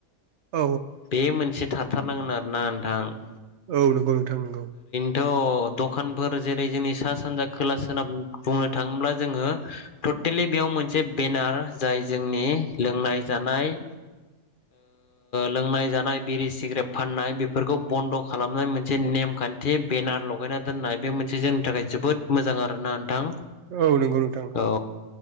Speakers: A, on the right; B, on the left.
A: औ
B: बे मोनसे थाथारनांगोन आरोना नोंथां ।
A: औ नंगौ नोंथां नंगौ।
B: द' दखानफोर जेरै जोंनि सा सानजा खोला स बुंनो थाङोब्ला जोङो टटेलि बेयाव मोनसे बेनार जाय जोंनि लोंनाय जानाय लोंनाय जानाय बिरि सिग्रेट फाननाय बेफोरखौ बन्द' खालामनाय मोनसे नेम खान्थि बेनार लगायना दोननाय बे मोनसे जोंनि थाखाय जोबोद मोजां आरोना नोंथां।
A: औ नंगौ नोंथां नंगौ।
B: औ